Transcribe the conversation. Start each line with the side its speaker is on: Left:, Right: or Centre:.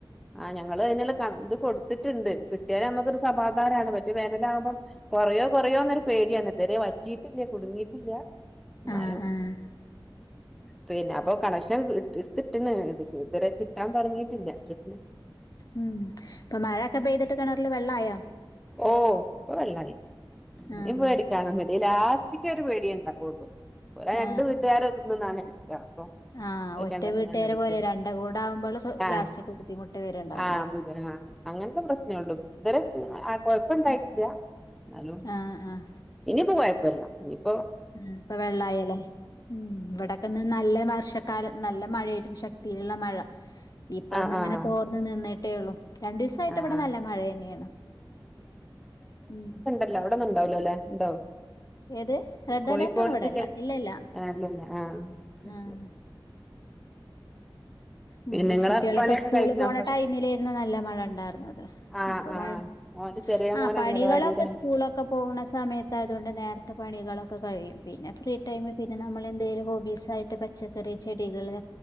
Centre: ആഹ് ഞങ്ങള് അയ്ന്ള്ള കണ ഇത് കൊട്ത്ത്ട്ട്ണ്ട് കിട്ട്യാല് അമ്മക്കൊര് സമാധാനാണ് മറ്റേ വേനെലാവുമ്പം കൊറയോ കുറയോന്നൊരു പേട്യാണ് ഇതരെ വറ്റീട്ടില്ല കുട്ങ്ങീട്ടില്ല. ന്നാലും
Left: ആഹ് ആഹ്
Centre: പിന്നെ അപ്പൊ കണക്ഷൻ കിട്ട് ഇട്ത്ത്ട്ട്ണ് ഇത് ഇതരെ കിട്ടാൻ തൊടങ്ങീട്ടില്ലാ വീട്ല്
Left: ഉം ഇപ്പൊ മഴൊക്കെ പെയ്തിട്ട് കെണറില് വെള്ളായൊ?
Centre: ഓഹ് ഇപ്പ വെള്ളായി
Left: ആഹ്
Centre: ഇഞ് പേടിക്കാനൊന്നുല്ല ലാസ്റ്റിക്കൊരു പേട്യേ ണ്ടാവൊള്ളൂ ഒരാ രണ്ട്
Left: ആഹ്
Centre: വീട്ട്കാര് ഒന്ന്ന്ന്ന്നാണ് എട്ക്കാ അപ്പൊ
Left: ആഹ്
Centre: ഒരു
Left: ഒറ്റ
Centre: കിണറിന്നാണ്
Left: വീട്ടേരെ
Centre: എടുക്കല്
Left: പോലെ രണ്ട് കൂടാവുമ്പള് കൊ
Centre: ആഹ്
Left: ലാസ്റ്റക് ബുദ്ധിമുട്ട് വരേണ്ടാവും.
Centre: ആഹ് ബുദ്ധന് ആഹ് അങ്ങൻത്തെ പ്രശ്നൊള്ളു ഇതരെ ആഹ് കൊയപ്പണ്ടായിട്ടില്ല ന്നാലും
Left: ആഹ് ആഹ്
Centre: ഇനിയിപ്പോ കൊയപ്പല്ല <unintelligible>
Left: ഉം ഇപ്പൊ വെള്ളായല്ലേ ഉം ഇവടെക്കെന്ന് നല്ല വർഷ കാലം നല്ല മഴേയിര്ന്നു ശക്തിയില്ള്ള മഴ ഇപ്പൊ
Centre: ആഹ്
Left: ഒന്ന്ങ്ങനെ
Centre: ആഹ്
Left: തോർന്ന് നിന്ന്ട്ടേ ഒള്ളു. രണ്ടിസായിട്ട്
Centre: ആഹ്
Left: ഇവടെ നല്ല മഴന്നേണ്. ഉം
Centre: ഇല്ല അവടെന്നുണ്ടാവൂലലേ ഇണ്ടോ?
Left: ഏത് റെഡ്
Centre: കോഴിക്കോട്
Left: അലേർട്ട് ഒന്നും ഇവിടെല്ല
Centre: ജില്ലെ
Left: ഇല്ല ഇല്ല
Centre: ആഹ് അല്ലല്ല ആഹ് അയ്
Left: ആഹ്
Centre: ശെരി.
Left: ഉം
Centre: നിങ്ങളെ
Left: കുട്ടികളൊക്കെ
Centre: പണിയൊക്കെ
Left: സ്കൂള്
Centre: കഴിഞ്ഞോ
Left: പോണ
Centre: ഭക്ഷ
Left: ടൈമിലേയിരുന്നു നല്ല മഴ ഇണ്ടായിരുന്നത്
Centre: ആഹ്
Left: ഇപ്പ
Centre: ആഹ്
Left: മഴ
Centre: മോന്റെ ചെറിയ
Left: ആഹ്
Centre: മോന്
Left: പണികളൊക്കെ
Centre: അംഗനവാടിയിലാണ്
Left: സ്കൂളൊക്കെ പോണ സമയത്തായതുകൊണ്ടെന്നെ നേർത്തെ പണികളൊക്കെ കഴിയും പിന്നെ ഫ്രീ ടൈം പിന്നെ നമ്മള് എന്തേലും ഹോബീസായിട്ട് പ പച്ചക്കറി ചെടികള്